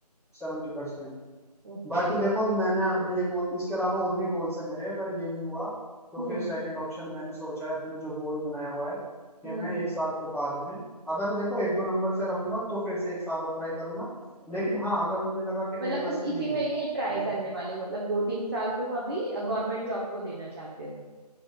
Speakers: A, in the centre; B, on the right.
A: सेवेंटी परसेंट
B: ओके
A: बाकी देखो मैंने अपने ये गोल इसके अलावा और भी गोल्स है मेरे अगर ये नहीं हुआ तो
B: हम्म
A: फिर सेकंड
B: हम्म
A: ऑप्शन मैंने सोचा है अपना जो गोल बनाया हुआ है कि
B: हम्म,
A: मैं एक साल के बाद में अगर देखो एक दो नंबर से रहूंगा तो फिर से एक साल और ट्राई करूंगा लेकिन
B: ओके
A: हाँ अगर मुझे लगा कि मेरे
B: मतलब
A: बस
B: तुम
A: की नहीं
B: इसी में
A: है
B: ही ट्राई
A: मैं-
B: करने वाले हो मतलब दो तीन साल तुम अभी गवर्नमेंट जॉब को देना चाहते हो